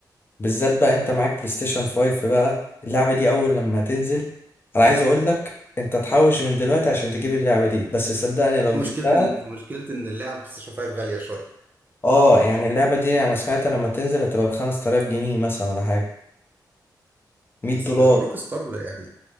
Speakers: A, on the left (about 30°); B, on the right (about 25°).
A: بالذات بقى انت معاك بلاي ستيشن 5 بقى اللعبة دي اول لما تنزل انا عايز اقولك انت تحوش من دلوقتي عشان تجيب اللعبة دي بس صدقني لو
B: <laughs> مشكله
A: جبتها
B: ال... مشكله ان اللعب بلاي ستيشن 5 غاليه شويه
A: اه يعني اللعبة دي انا سمعت لما تنزل هتبقى بخمس تلاف جنيه مثلا ولا حاجة مية
B: بس
A: دولار
B: روك ستار يعني